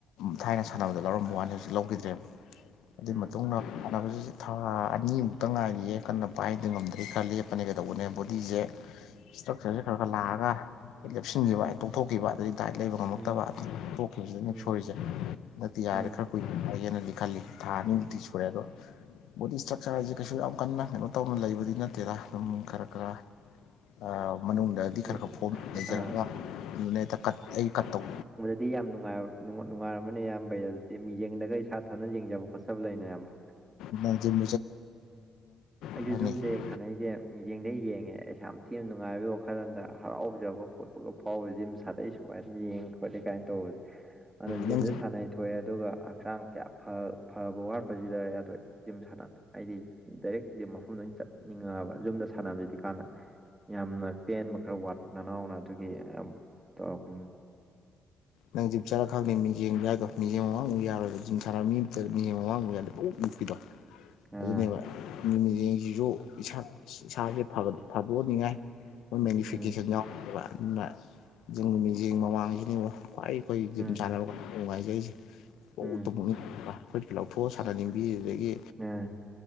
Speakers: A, on the left; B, on the right.
A: ꯊꯥꯏꯅ ꯁꯥꯟꯅꯕꯗ ꯂꯧꯔꯝꯕ ꯋꯥꯅꯤ ꯍꯧꯖꯤꯛ ꯂꯧꯈꯤꯗ꯭ꯔꯦꯕ ꯑꯗꯨꯒꯤ
B: ꯎꯝ
A: ꯃꯇꯨꯡꯗ ꯁꯥꯟꯅꯕꯁꯤ ꯊꯥ ꯑꯅꯤꯃꯨꯛꯇ ꯉꯥꯏꯔꯤꯌꯦ ꯀꯟꯅ ꯄꯥꯏꯗ ꯉꯝꯗ꯭ꯔꯤ ꯈꯔ ꯂꯦꯞꯄꯅꯦ ꯀꯩꯗꯧꯕꯅꯦ ꯕꯣꯗꯤꯁꯦ ꯏꯁꯇ꯭ꯔꯛꯆꯔꯁꯦ ꯈꯔ ꯈꯔ ꯂꯥꯛꯑꯒ ꯂꯦꯞꯁꯤꯟꯈꯤꯕ ꯑꯩ ꯇꯣꯛꯊꯣꯛꯈꯤꯕ ꯑꯗꯩ ꯗꯥꯏꯠ ꯂꯩꯕ ꯉꯝꯃꯛꯇꯕ
B: ꯎꯝ
A: ꯑꯗꯨ ꯇꯣꯛꯈꯤꯕꯁꯤꯗ ꯑꯗꯨ
B: ꯎꯝ
A: ꯁꯣꯏꯔꯤꯁꯦ ꯅꯠꯇꯦ ꯌꯥꯔꯦ
B: ꯎꯝ
A: ꯈꯔ ꯀꯨꯏꯅꯦ ꯌꯥꯒꯦꯅꯗꯤ ꯈꯜꯂꯤ ꯊꯥ ꯑꯅꯤꯃꯨꯛꯇꯤ ꯁꯨꯔꯦ ꯑꯗꯣ ꯕꯣꯗꯤ ꯏꯁꯇ꯭ꯔꯛꯆꯔ ꯍꯥꯏꯁꯦ ꯀꯩꯁꯨ ꯌꯥꯝ ꯀꯟꯅ ꯀꯩꯅꯣ ꯇꯧꯅ ꯂꯩꯕꯗꯤ ꯅꯠꯇꯦꯔ ꯑꯗꯨꯝ ꯈꯔ ꯈꯔ ꯑꯥ ꯃꯅꯨꯡꯗꯗꯤ
B: ꯎꯝ
A: ꯈꯔ ꯈꯔ ꯐꯣꯝ ꯂꯩꯖꯔꯒ
B: ꯑꯥ
A: ꯑꯗꯨꯅ ꯍꯦꯛꯇ ꯀꯠ ꯑꯩ ꯀꯠ ꯇꯧ
B: ꯑꯗꯨꯗꯤ ꯌꯥꯝ ꯅꯨꯡꯉꯥꯏ ꯅꯨꯡꯉꯥꯏꯔꯝꯃꯅꯤ ꯏꯌꯥꯝꯕꯩ ꯑꯗꯨꯗꯤ ꯃꯤꯌꯦꯡꯗꯒ ꯏꯁꯥ ꯊꯥꯅ ꯌꯦꯡꯖꯕ ꯈꯣꯠꯆꯕ ꯂꯩꯅ ꯑꯌꯥꯝꯕ
A: ꯅꯪꯖꯕꯨ
B: ꯑꯩꯁꯨ
A: <unintelligible>
B: ꯖꯨꯝꯗ ꯍꯦꯛ ꯁꯥꯟꯅꯩꯁꯦ ꯃꯤꯌꯦꯡꯗꯩ ꯌꯦꯡꯉꯦ ꯑꯩꯁ ꯌꯥꯝ ꯊꯤꯅ ꯅꯨꯡꯉꯥꯏ ꯋꯥ ꯋꯥꯈꯜꯔꯗ ꯍꯔꯥꯎꯖꯕ ꯈꯣꯠꯄꯒ ꯐꯥꯎꯕ ꯖꯤꯝ ꯁꯥꯗꯩ ꯁꯨꯃꯥꯏꯅ ꯌꯦꯡ ꯈꯣꯠꯂꯤ ꯀꯥꯏꯅ ꯇꯧꯕꯁ ꯑꯗꯣ ꯖꯤꯝꯁꯨ
A: ꯅꯪ
B: ꯁꯥꯟꯅꯩ ꯊꯣꯛꯑꯦ ꯑꯗꯨꯒ ꯍꯛꯆꯥꯡ ꯀꯌꯥ ꯐꯕ ꯋꯥꯠꯄꯁꯤꯗ ꯌꯥꯗꯣꯛꯏꯦ ꯖꯤꯝ ꯁꯥꯟ ꯍꯥꯏꯗꯤ ꯗꯥꯏꯔꯦꯛ ꯖꯤꯝ ꯃꯐꯝꯗ ꯆꯠꯅꯤꯡꯉꯕ ꯖꯨꯝꯗ ꯁꯥꯟꯅꯕꯁꯤꯗꯤ ꯀꯥꯟꯅ ꯌꯥꯝꯅ ꯄꯦꯟꯕ ꯈꯔ ꯋꯥꯠꯄ ꯅꯅꯥꯎꯅ ꯑꯗꯨꯒꯤ ꯇꯧꯔꯛꯄꯅꯤ
A: ꯅꯪ ꯝ ꯆꯥꯔꯥ ꯈꯪꯅꯦ ꯃꯤꯡ ꯌꯦꯡꯕ ꯌꯥꯏꯗꯣ ꯃꯤ ꯌꯦꯡ ꯑꯋꯥꯡ ꯑꯃꯕ ꯌꯥꯔꯣꯏꯕ ꯖꯤꯝ ꯁꯥꯥꯔ ꯃꯤ ꯑꯃ ꯃꯤꯡ ꯑꯋꯥꯡꯕꯨ ꯌꯥꯗꯦ ꯑꯣꯛ ꯎꯞꯄꯤꯗꯣ
B: ꯑꯥ
A: ꯑꯗꯨꯅꯦꯕ ꯅꯨ ꯃꯤꯌꯦꯡꯁꯤꯁꯨ ꯏꯁꯥ ꯏꯁꯥꯁꯦ ꯐꯥꯗꯣꯛꯍꯟꯅꯤꯡꯉꯥꯏ ꯑꯩꯣꯏ ꯃꯦꯒꯅꯤꯐꯤꯀꯦꯁꯟ
B: ꯎꯝ
A: ꯌꯥꯎꯕ ꯑꯗꯨꯅ ꯨꯝꯒꯤ ꯃꯤꯠꯌꯦꯡ ꯃꯃꯥꯡꯒꯤꯅꯤꯕ ꯈ꯭ꯋꯥꯏ ꯑꯩꯈꯣꯏ ꯖꯤꯝ
B: ꯎꯝ
A: ꯁꯥꯟꯅꯕ ꯅꯨꯡꯉꯥꯏꯖꯩꯁꯦ
B: ꯎꯝ
A: ꯑꯩꯈꯣꯏ ꯂꯥꯎꯊꯣꯛꯑꯣ ꯁꯥꯟꯅꯅꯤꯡꯕꯤ ꯑꯗꯨꯗꯒꯤ
B: ꯎꯝ